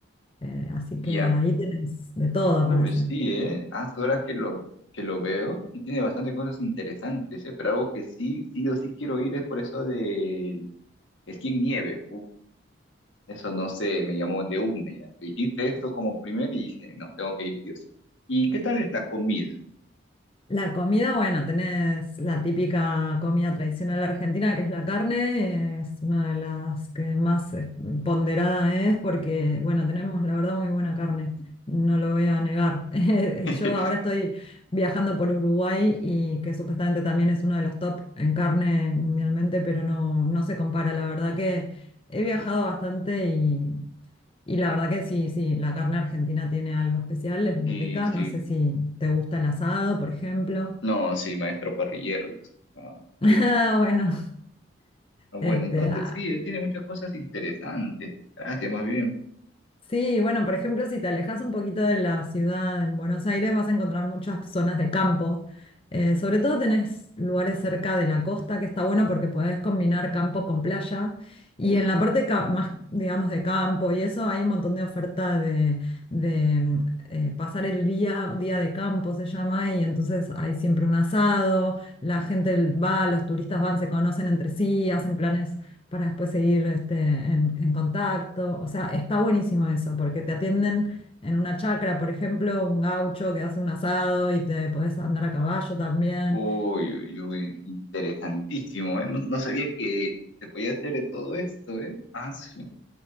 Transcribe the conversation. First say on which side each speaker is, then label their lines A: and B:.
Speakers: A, on the left; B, on the left.
A: Eh, así
B: Ya.
A: que ahí tenés de todo
B: Uy,
A: para hacer.
B: sí, ¿eh? Hace horas que lo, que lo veo y tiene bastantes cosas interesantes, ¿eh? Pero algo que sí, sí o sí quiero ir es por eso del esquí en nieve. Eso no sé, me llamó de una ya. Dijiste esto como primero y dije, no, tengo que ir, Dios. ¿Y qué tal es la comida?
A: La comida, bueno, tenés la típica comida tradicional argentina, que es la carne, es una de las que más eh, ponderada es porque, bueno, tenemos la verdad muy buena carne, no lo voy a negar. <laughs> Eh,
B: <laughs>
A: Yo ahora estoy viajando por Uruguay y que supuestamente también es uno de los top en carne mundialmente, pero no, no se compara, la verdad que he viajado bastante y Y la verdad que sí, sí, la carne argentina tiene algo especial, es muy
B: Sí,
A: rica.
B: sí.
A: No sé si te gusta el asado, por ejemplo.
B: No, sí, maestro parrillero. yo soy. Ah, uf.
A: <laughs> Ah, bueno,
B: Ah, Bueno,
A: este,
B: entonces
A: ah,
B: sí, eh, tiene muchas cosas interesantes. Gracias, más bien.
A: Sí, bueno, por ejemplo, si te alejas un poquito de la ciudad en Buenos Aires, vas a encontrar muchas zonas de campo. Eh, sobre todo tenés lugares cerca de la costa, que está bueno porque podés combinar campo con playa. Y
B: Uf.
A: en la parte ca- más, digamos, de campo y eso, hay un montón de oferta de, de, mm, eh, pasar el día, día de campo se llama, y entonces hay siempre un asado, la gente va, los turistas van, se conocen entre sí, hacen planes para después seguir este, en, en contacto. O sea, está buenísimo eso, porque te atienden en una chacra, por ejemplo, un gaucho que hace un asado y te podés andar a caballo también.
B: Uy, uy, uy, interesantísimo, ¿eh? No, no sabía que se podía hacer de todo esto, ¿eh? Ah, sí.